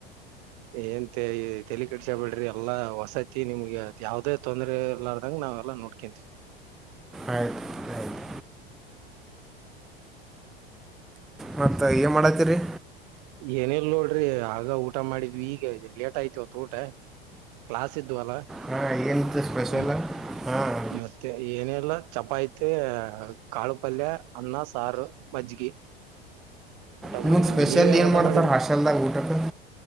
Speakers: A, on the right (about 45°); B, in the centre.
A: ಏನ್ ತೆ ತೆಲಿ ಕೆಡ್ಸ್ಗಬೇಡ್ರಿ ಎಲ್ಲಾ ವಸತಿ ನಿಮ್ಗ ಯಾವ್ದೇ ತೊಂದರೆ ಇರ್ಲಾರ ಅಂಗ ನಾವೆಲ್ಲ ನೋಡ್ಕಂತವಿ.
B: ಆಯ್ತು ಆಯ್ತು ಮತ್ತು ಏನು ಮಾಡತ್ತೀರಿ
A: ಏನಿಲ್ ನೋಡ್ರಿ. ಆಗ ಊಟ ಮಾಡಿದ್ವಿ ಈಗ ಲೇಟ್ ಆಯ್ತ ಇವತ್ತು ಊಟ ಕ್ಲಾಸ್ ಇದ್ವಲ್ಲ.
B: ಹಾಂ ಏನು ಸ್ಪೆಷಲ್
A: ಈ
B: ಹಾಂ
A: ಇವತ್ತ ಏನು ಇಲ್ಲ. ಚಪಾತಿ, ಕಾಳು ಪಲ್ಯ, ಅನ್ನ, ಸಾರು, ಮಜ್ಗಿ. ಊಟ
B: ನಿಮಗ್
A: ಮಾಡಿದ್ವಿ
B: ಸ್ಪೆಷಲ್
A: ನೋಡಿ ನೀವೇನ್
B: ಏನ್
A: ಊಟ
B: ಮಾಡ್ತಾರ
A: ಮಾಡಿದ್ರಿ
B: ಹಾಸ್ಟೆಲ್ದಾಗ. ಹಟಕ್ಕೆ